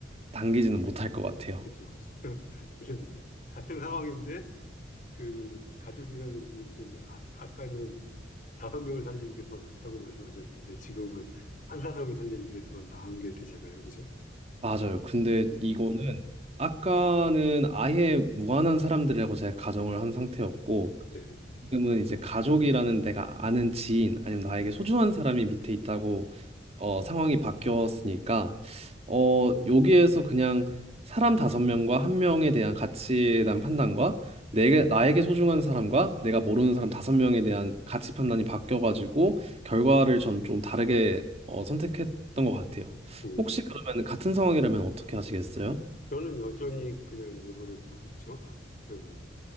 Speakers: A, on the right; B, on the left.
A: 당기지는 못할 것 같아요.
B: 그렇죠. <laughs> 그러니까 같은 상황인데 그 가족이라는 이유 때문에 아, 까는 다섯 명을 살리는 게 더 낫다고 말씀하셨는데 지금은 한 사람을 살리는 게 더 나은 게 되잖아요. 그죠?
A: 맞아요. 근데
B: 음,
A: 이거는 아까는 아예 무관한 사람들이라고 제가 가정을 한 상태였고
B: 네.
A: 지금은 이제 가족이라는 내가 아는 지인 아니면 나에게 소중한 사람이 밑에 있다고 어, 상황이 바뀌었으니까 어, 여기에서 그냥 사람 다섯 명과 한 명에 대한 가치에 대한 판단과 내게 나에게 소중한 사람과 내가 모르는 사람 다섯 명에 대한 가치 판단이 바뀌어가지고 결과를 전 좀 다르게 어, 선택했던 것 같아요.
B: 음.
A: 혹시 그러면 같은 상황이라면 어떻게 하시겠어요?
B: 저는 여전히 그냥 내버려 두겠죠. 아, 저는